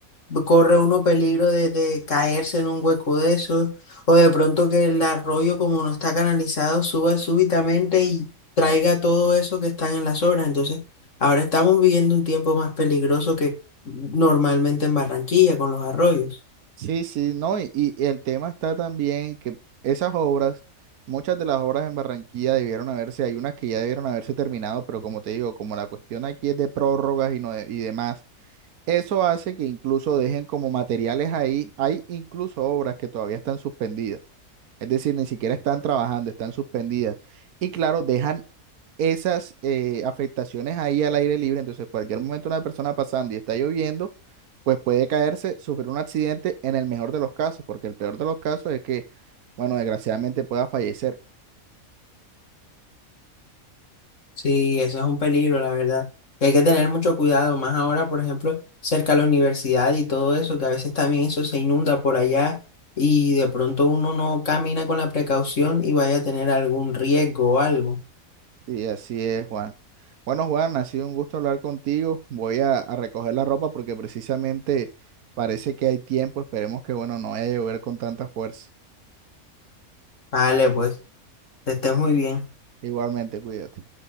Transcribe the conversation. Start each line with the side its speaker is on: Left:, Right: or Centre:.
Left: corre uno peligro de, de caerse en un hueco de esos, o de pronto que el arroyo, como no está canalizado, suba súbitamente y traiga todo eso que están en las obras. Entonces, ahora estamos viviendo un tiempo más peligroso que normalmente en Barranquilla con los arroyos.
Right: Sí, sí, no, y, y el tema está también que esas obras, muchas de las obras en Barranquilla debieron haberse, hay unas que ya debieron haberse terminado, pero como te digo, como la cuestión aquí es de prórrogas y, no de- y demás, eso hace que incluso dejen como materiales ahí, hay incluso obras que todavía están suspendidas, es decir, ni siquiera están trabajando, están suspendidas. Y claro, dejan esas eh, afectaciones ahí al aire libre. Entonces, cualquier momento una persona pasando y está lloviendo, pues puede caerse, sufrir un accidente en el mejor de los casos, porque el peor de los casos es que, bueno, desgraciadamente pueda fallecer.
Left: Sí, eso es un peligro, la verdad. Y hay que tener mucho cuidado, más ahora, por ejemplo, cerca de la universidad y todo eso, que a veces también eso se inunda por allá y de pronto uno no camina con la precaución y vaya a tener algún riesgo o algo.
Right: Y así es, Juan. Bueno, Juan, ha sido un gusto hablar contigo. Voy a, a recoger la ropa porque precisamente parece que hay tiempo. Esperemos que, bueno, no vaya a llover con tanta fuerza.
Left: Vale, pues, que estés muy bien.
Right: Igualmente, cuídate.